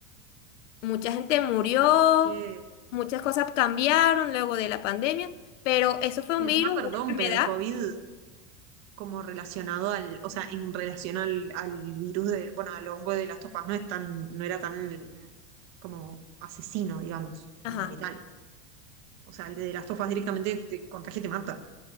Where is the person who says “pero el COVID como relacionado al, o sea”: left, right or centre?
Right